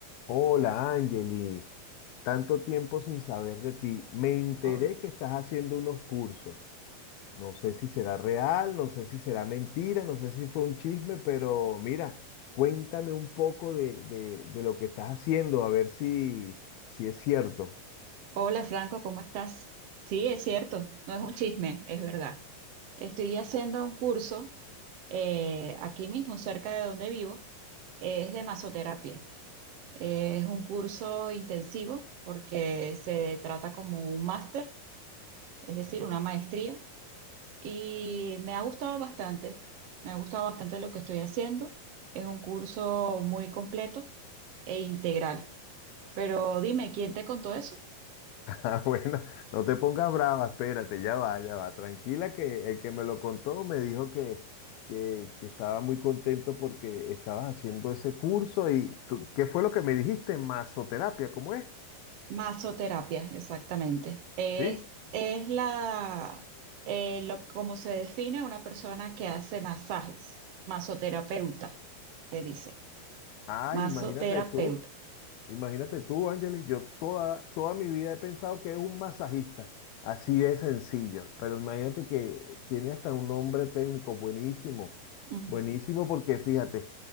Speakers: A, on the left; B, on the right.
A: Hola, Angeli. Tanto tiempo sin saber de ti. Me enteré
B: Hol-
A: que estás haciendo unos cursos. No sé si será real, no sé si será mentira, no sé si fue un chisme, pero mira, cuéntame un poco de, de- de lo que estás haciendo, a ver si, si es cierto.
B: Hola Franco, ¿cómo estás? Sí, es cierto, no es un chisme, es verdad. Estoy haciendo un curso eh, aquí mismo, cerca de donde vivo, eh, es de masoterapia. Eh, es un curso intensivo porque se trata como un máster, es decir, una maestría, y me ha gustado bastante, me ha gustado bastante lo que estoy haciendo. Es un curso muy completo e integral. Pero dime, ¿quién te contó eso?
A: Ah, <laughs> bueno, no te pongas brava, espérate, ya va, ya va, tranquila que el que me lo contó me dijo que, que, que estaba muy contento porque estabas haciendo ese curso y ¿qué qué fue lo que me dijiste? Masoterapia, ¿cómo es?
B: Masoterapia, exactamente. Es,
A: Sí.
B: es la, eh, lo, como se define una persona que hace masajes. Masoterapeuta, se dice.
A: Ah,
B: Masoterapeuta.
A: imagínate tú. Imagínate tú, Ángeles, yo toda, toda mi vida he pensado que es un masajista, así de sencillo, pero imagínate que tiene hasta un nombre técnico buenísimo,
B: Mm.
A: buenísimo porque fíjate,